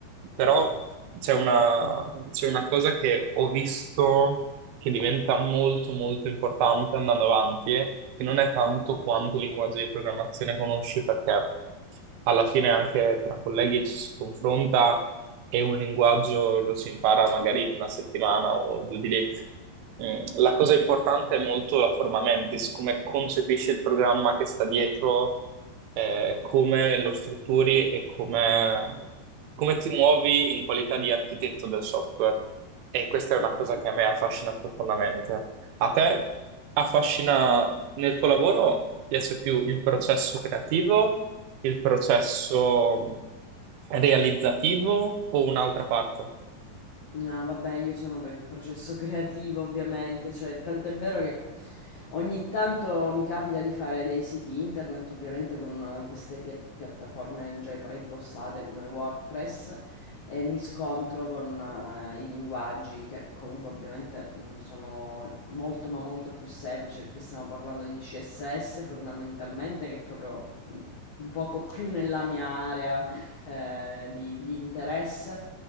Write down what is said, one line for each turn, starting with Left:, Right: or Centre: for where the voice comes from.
Right: però c'è una, c'è una cosa che ho visto che diventa molto molto importante andando avanti, che non è tanto
Left: Mhm,
Right: quanti linguaggi di programmazione conosci, perché alla fine anche tra colleghi ci si confronta e un linguaggio lo si impara magari in una settimana o giù di lì. Mm, La cosa importante
Left: mhm,
Right: è molto la forma mentis, come concepisci il programma che sta dietro, eh, come lo strutturi e come, come ti muovi in qualità di architetto del software. E questa è
Left: Ho
Right: una
Left: capito.
Right: cosa che a me affascina profondamente. A te affascina nel tuo lavoro, piace più il processo creativo, il processo mh, realizzativo o un'altra parte?
Left: No, vabbè, io sono per il processo creativo, ovviamente, cioè, tant'è vero che ogni tanto mi capita di fare dei siti internet, ovviamente con eh, queste pia- piattaforme già preimpostate come WordPress, e mi scontro con eh, i linguaggi che comunque ovviamente mh, sono molto ma molto più semplici, perché stiamo parlando di CSS fondamentalmente, che è proprio mh, un poco più nella mia area eh, di, di interesse.